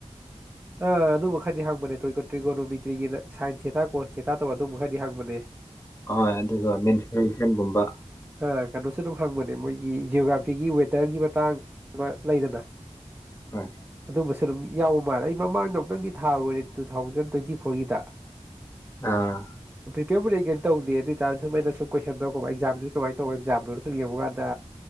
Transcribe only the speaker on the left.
ꯑꯣꯏ ꯑꯗꯨꯒ ꯃꯦꯟꯁꯤꯦꯟꯁꯟꯒꯨꯝꯕ
ꯍꯣꯏ
ꯑꯥ